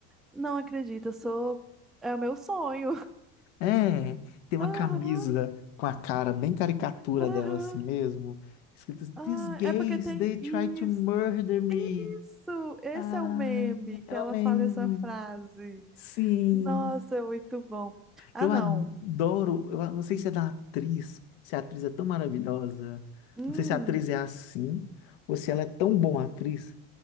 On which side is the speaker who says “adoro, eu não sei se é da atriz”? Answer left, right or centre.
Left